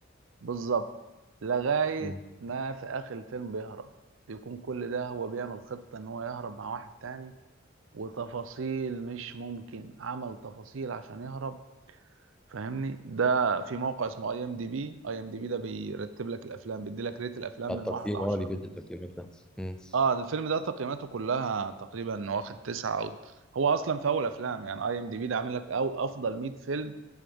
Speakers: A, on the right; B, in the centre.
A: بالظبط لغاية
B: مم.
A: ما في آخر الفيلم بيهرب بيكون كل ده هو بيعمل خطة ان هو يهرب مع واحد تاني وتفاصيل مش ممكن عمل تفاصيل عشان يهرب فاهمني ده في موقع اسمه اي ام دي بي اي ام دي بي ده بيرتب لك الافلام بيدي لك ريت الافلام
B: التقييم
A: من واحد لعشرة
B: اه اللي بيدي التقييمات ده مم.
A: اه الفيلم ده تقييماته كلها تقريبا واخد تسعة او هو اصلا في اول افلام يعني اي ام دي بي ده عامل لك او افضل 100 فيلم